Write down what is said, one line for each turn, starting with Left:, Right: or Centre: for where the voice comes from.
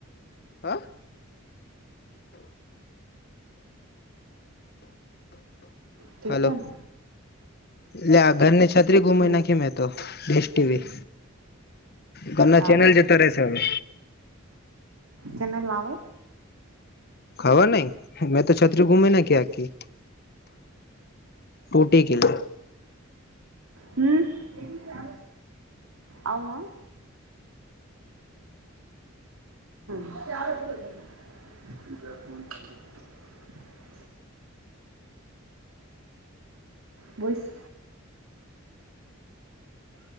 Left: હા
Right: ઠીક
Left: હલો
Right: છે ને
Left: લે આ ઘરની છત્રી ગુમી
Right: હમ
Left: નાખી મે તો ટીવી ઘરના
Right: સારું
Left: ચેનલ જતો રહેેશે અવે
Right: ચેનલ આવે
Left: ખબર નઈ મેં તો છત્રી ઘૂમી નાખી આખી ટૂટી ગેય
Right: હમ આવુ હ <unintelligible> બુસ